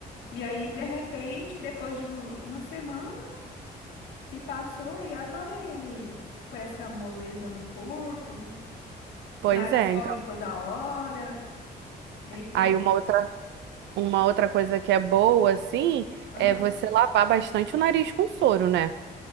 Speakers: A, on the left; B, on the right.
A: E aí, de repente, depois de um- uma semana, Se passou e agora ele com essa moleza no corpo,
B: Pois
A: nariz
B: é,
A: correndo
B: então.
A: toda hora, meio febre.
B: Aí uma outra, uma outra coisa que é boa, assim,
A: Ah,
B: é você lavar bastante o nariz com soro, né?